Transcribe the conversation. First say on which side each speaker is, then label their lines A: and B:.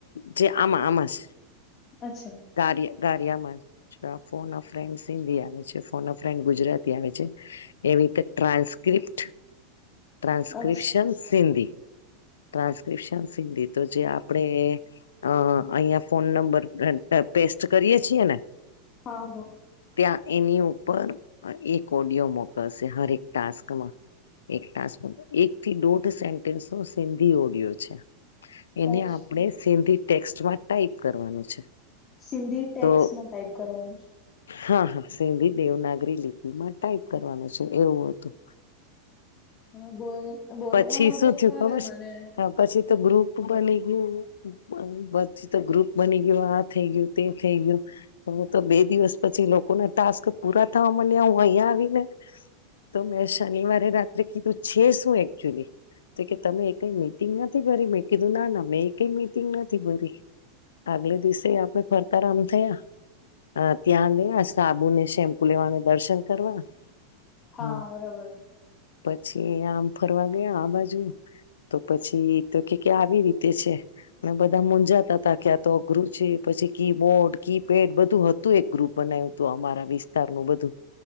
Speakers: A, on the left (about 70°); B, on the left (about 30°).
A: જે આમાં આમાં જ.
B: અચ્છા.
A: કાયૅ કાયૅમાં જ ફોન ફ્રેન્ડ શીડયા જે ફોન ફેન્ડ ગુજરાતી આવે છે એવી રીતે ટ્રાન્સ્ક્રિપ્ટ ટ્રાન્સક્રિપ્શન
B: અચ્છા
A: સિંધી ટ્રાન્સ્ક્રિપ્શન સિંધી તો જે આપણે અ અહીંયા ફોન નંબર પેસ્ટ કરીએ છીએ ને.
B: હા હા
A: ત્યાં એની ઉપર એક ઓડિયો મોકલશે હરેક ટાસ્કમાં એક ટાસ્ક પર એક થી દોઢ સેન્ટેન્સ ન સિંધી ઓડિયો છે. એને
B: અચ્છા
A: આપણે સિંધી ટેક્સ્ટમાં ટાઈપ કરવાનું છે.
B: સિંધી ટેક્સ્ટમાં
A: તો
B: ટાઈપ કરવાનું છે.
A: હા હા સિંધી દેવ નાગરી લિપિમાં ટાઈપ કરવાનું છે એવું હતું.
B: હા બોલ. બોલવામાં
A: પછી શું
B: તો
A: થયું
B: ફાવે
A: ખબર
B: મને.
A: છે હા પછી તો ગ્રુપ ગુરુપ બની ગયું પછી તો ગ્રુપ બની ગયું આ થઈ ગયું તે થઈ ગયું. હું તો બે દિવસ પછી લોકો ના ટાસ્ક પૂરા થવા મડ્યા હું અહિયા આવી ને તો મેં શનિવારે રાત્રે કીધું છે શું એકચુલી તો કે તમે કઈ મિટિંગ નથી ભરી મેં કીધું ના ના મેં એક ક મિટિંગ નથી ભરી આગલે દિવસે આપે ફરતા રામ થયા. અ ત્યાં લેવા સાબુને શેમ્પુ લેવાને દર્શન કરવા.
B: હા
A: હમ
B: બરોબર.
A: પછી આમ ફરવા ગયા આ બાજુ તો પછી તો કે આવી રીતે છે. અને બધા મુંજાતા તા કે આતો અઘરું છે પછી કીબોર્ડ કીપેડ બધું હતું તું એક ગ્રુપ બનાવ્યું તું અમારા વિસ્તાર નું બધું.